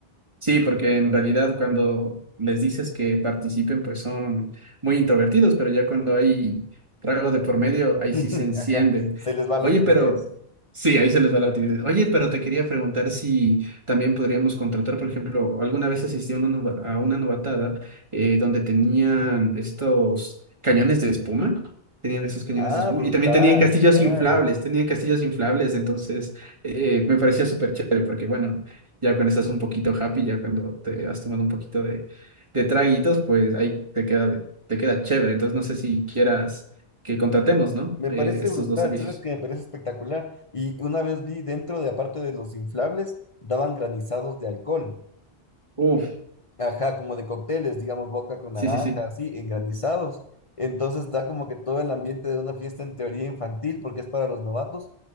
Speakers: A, on the right; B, on the left.
A: Sí, porque en realidad cuando les dices que participen, pues son muy introvertidos, pero ya cuando hay trago de por medio, ahí
B: <laughs>
A: sí se encienden.
B: Ajá. Se les va
A: Oye,
B: la timidez.
A: pero sí, ahí se les va la timidez. Oye, pero te quería preguntar si también podríamos contratar, por ejemplo, alguna vez asistí a una, nova- a una novatada eh, donde tenían estos cañones de espuma. Tenían esos cañones
B: Ah,
A: de espuma
B: brutal.
A: y también tenían castillos
B: Claro.
A: inflables, tenían castillos inflables, entonces eh, me parecía súper chévere porque, bueno, ya cuando estás un poquito happy, ya cuando te has tomado un poquito de, de traguitos, pues ahí te queda, de- te queda chévere. Entonces no sé si quieras que contratemos, ¿no?
B: Me
A: Eh,
B: parece
A: estos
B: brutal,
A: dos servicios.
B: ¿sabes qué? Me parece espectacular. Y una vez vi dentro de, aparte de los inflables, daban granizados de alcohol.
A: Uf,
B: Ajá, como de cócteles, digamos, vodka con
A: sí,
B: naranja,
A: sí, sí.
B: así, en granizados. Entonces da como que todo el ambiente de una fiesta en teoría infantil, porque es para los novatos,